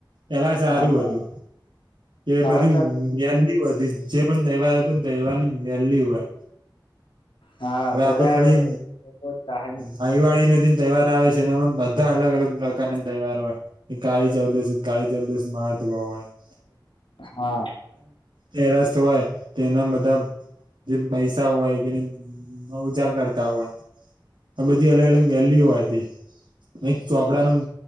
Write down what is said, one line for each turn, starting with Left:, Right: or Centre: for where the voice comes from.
Right: પેલા સારું
Left: હા
Right: હતું કે બધું
Left: હવે તો
Right: વેલ્યુ થી વધી જે પણ તહેવાર હતો તહેવાર ની વેલ્યુ હોય.
Left: હા
Right: હવે
Left: બધા
Right: આપડે ખાલી
Left: લોકો હા
Right: ભાહીવાળી નજીક તહેવાર આવે છે. એમાં બધા અલગ અલગ પ્રકારના તહેવારો હોય કે કાળી ચૌદુશ કાળી ચૌદુશ મહત્વ હોય. <inaudible>
Left: હા
Right: તેરસ હોય તો એના બધા જે પૈસા હોય કેની મવજા કરતા હોય આ બધી અલગ અલગ મેલીઓ હતી ન ચોપડાનું.